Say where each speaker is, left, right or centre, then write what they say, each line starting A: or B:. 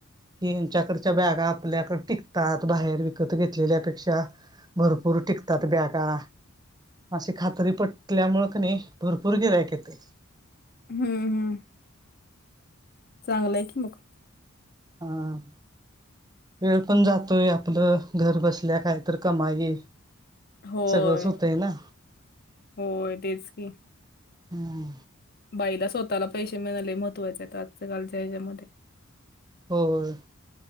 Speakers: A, on the right; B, on the left.
A: की यांच्याकडच्या बॅगा आपल्याकड टिकतात बाहेर विकत घेतलेल्या पेक्षा. भरपूर टिकतात बॅगा. अशी खात्री पटल्यामुळ क नाही भरपूर गिरायक येतंय.
B: हम्म हम्म. चांगलाय की मग.
A: हां. वेळ पण जातोय आपलं घर बसल्या काही तर कमाई.
B: होय,
A: सगळंच होतय ना.
B: होय तेच की.
A: हम्म.
B: बाईला स्वतःला पैसे मिळाले लय महत्वाचे आजकालच्या कालच्या ह्याच्यामध्ये.
A: होय.